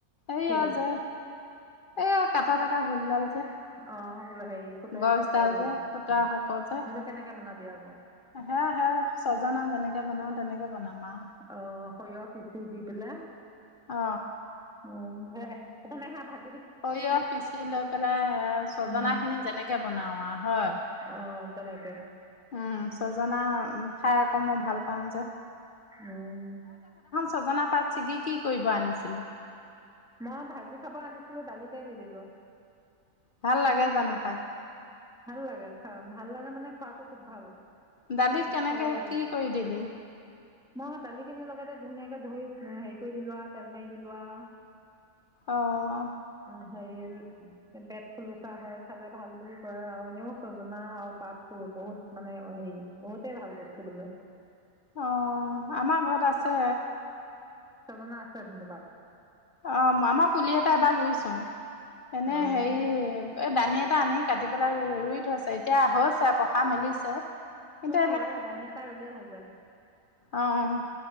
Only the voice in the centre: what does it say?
কি
অ হেৰি খুতুৰা
শাকৰ হেৰি
সেইটো কেনেকে বনাবি আকৌ
অ সৰিয়হ পিচি দি পেলাই
উ <inaudible> মানে হা ভাগ
উম
অ তেনেকে
উম
মই ভাজি খাব আনিছিলোঁ দালিতে দি দিলোঁ।
ভাল লাগে খা ভাল লাগে মানে খোৱাটো খুব ভাল।
খাব লাগে
মই দালিখিনি লগতে ধুনীয়াকে ধৰি হেৰি কৰি দিলো আ তেল মাৰি দি আ।
হেৰি পেট খুলোচা হয় খালে ভাল বুলি কৰে আৰু এনেও চজনা আৰু পাতটো বহুত মানে হেৰি বহুতেই ভাল বস্তু বোলে।
চজনা আছে চোন দুটাত।
অঁ
অ হয় দানি এটা ৰুলে হৈ যায়।